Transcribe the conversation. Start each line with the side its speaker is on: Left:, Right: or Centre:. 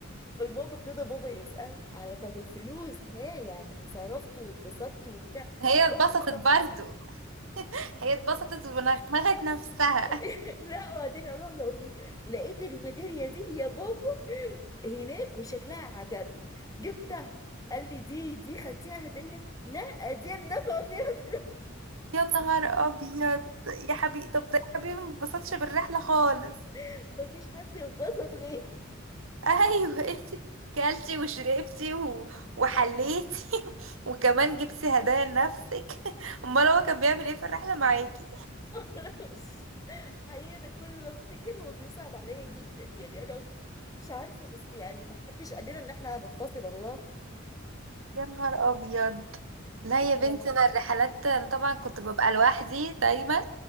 Left: فالبابا ابتدى بابا يسأل على طب الفلوس ها يعني صرفت واتبسطت وبتاع
Right: هي اتبسطت
Left: قلت طب
Right: برضو هي اتبسطت ونغمغت نفسها
Left: <laughs> لا وبعدين اروح له لقيت الميدالية دي يا بابا هناك وشكلها عجبني جبتها قال لي دي دي خدتيها هدية لا دي انا دافعة فيها فلوس
Right: يا نهار ابيض يا حبيبي طب ده يا حبيبي ما اتبسطش بالرحلة خالص
Left: <laughs> مفيش حد انبسط غيري
Right: ايوه <laughs> انت كلتي وشربتي و... وحليتي <laughs> وكمان جبتي هدايا لنفسك <laughs> امال هو كان بيعمل ايه في الرحلة معاكي
Left: <laughs> معرفش. حقيقة أنا كل ما أفتكر هو بيصعب عليا جدا يعني أنا مش عارفة بس يعني ما حدش قال لنا إن إحنا هننفصل الله
Right: يا نهار ابيض لا
Left: لا
Right: يا بنتي
Left: لا لا
Right: انا الرحلات انا طبعا كنت ببقى لوحدي دايما